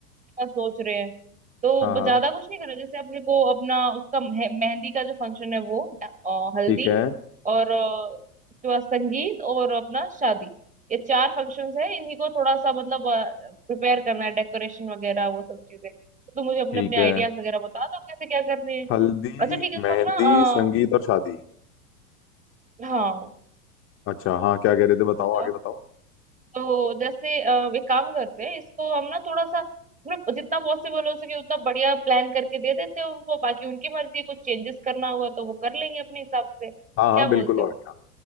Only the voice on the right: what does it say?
का सोच रहे हैं तो
ब-
ज्यादा कुछ नहीं करना जैसे अपने को अपना उसका मेह- मेहंदी का जो फंक्शन है वो अ, हल्दी
और अ, उसके बाद संगीत और अपना शादी ये चार फंक्शंस है इन्हीं को थोड़ा सा मतलब प्रिपेयर करना है डेकोरेशन वगैरह वो सब चीजें तो मुझे अपने
अपने
आइडियाज वगैरह बता दो कैसे क्या करने हैं
अच्छा ठीक है तो
हम ना
अ, हाँ
बताओ
तो जैसे अ, एक काम करते हैं इसको हम ना थोड़ा सा मतलब जितना पॉसिबल हो सके उतना बढ़िया प्लान करके दे देते हैं उनको बाकी उनकी मर्जी है, कुछ चेंजेस करना होगा तो वो कर लेंगे अपने हिसाब से
क्या बोलते
हो